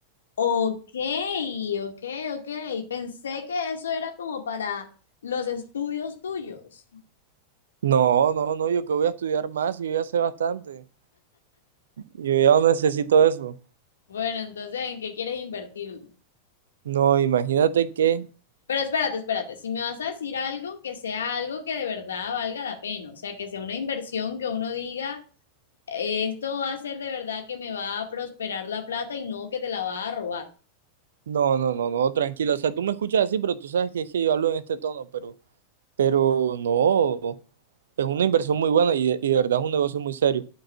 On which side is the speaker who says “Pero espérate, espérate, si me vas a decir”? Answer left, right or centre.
Left